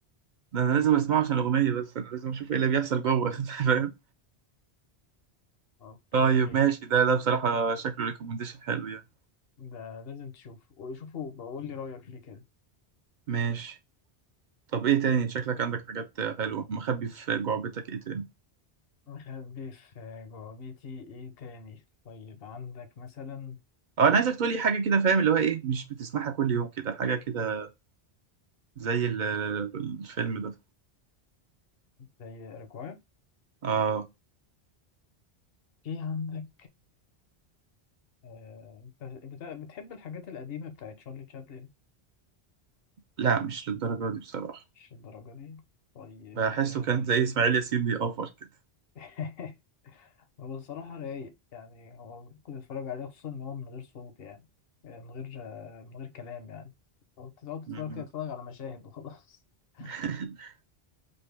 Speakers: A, on the right (about 55°); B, on the left (about 65°).
A: ده انا لازم اسمعه عشان الاغنيه بس انا لازم اشوف ايه اللي بيحصل جوه <laughs> أنت فاهم
B: اوكي
A: طيب ماشي ده ده بصراحه شكله ريكومنديشن حلو يعني
B: ده لازم تشوفه شوفه بقول لي رأيك فيه كده
A: ماشي طب ايه تاني شكلك عندك حاجات حلوه مخبي في جعبتك ايه تاني
B: مخبي في جوابيتي ايه تاني طيب عندك مثلا
A: اه انا عايزك تقولي حاجه كده فاهم اللي هو ايه مش بتسمعها كل يوم كده حاجه كده زي ال- الفيلم ده
B: زي رجوع
A: اه
B: في عندك آه، أنت بت- بتحب الحاجات القديمة بتاعت شارلي تشابلن
A: لا مش للدرجه دي بصراحه
B: مش الدرجة دي طيب
A: بحسه كان زي اسماعيل ياسين بيأوفر كده
B: <laughs> هو الصراحة رايق يعني هو كنت اتفرج عليه خصوصا ان هو من غير صوت يعني آه، من غير آه، من غير كلام يعني هو بتقعد تتفرج
A: مم.
B: كده تتفرج على مشاهد وخلاص <laughs>
A: <laughs>